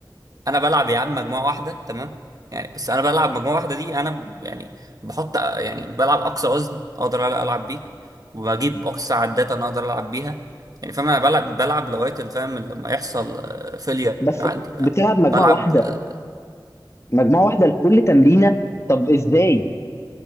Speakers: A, on the right; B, on the left.
A: انا بلعب يا عم مجموعه واحده تمام يعني بس انا بلعب مجموعه واحده دي انا ب- يعني بحط يعني بلعب اقصى وزن اقدر أل- العب بيه وبجيب اقصى عدات انا اقدر العب بيها يعني فاهم انا بلعب بلعب لغايه اللي فاهم لما يحصل فيلير
B: بس
A: عندي فاهم
B: بتلعب مجموعه
A: بلعب
B: واحده
A: آه،
B: مجموعه واحده لكل تمرينه طب ازاي